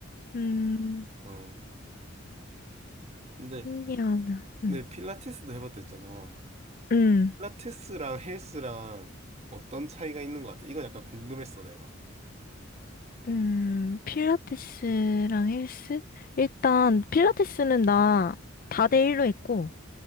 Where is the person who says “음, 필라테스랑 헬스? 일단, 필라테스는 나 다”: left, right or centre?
Left